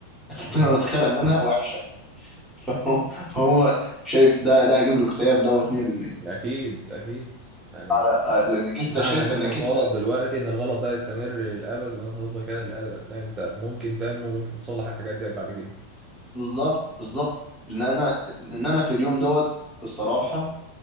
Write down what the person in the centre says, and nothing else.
<laughs> الطينه
اللي اتخلق منها وحشه <laughs> فهو, فهو شايف ده ده هيجيب له اكتئاب دوت 100%
على- لانك
انت
شايف
انك
انت
بالظبط بالظبط لان انا ان انا في اليوم دوت الصراحه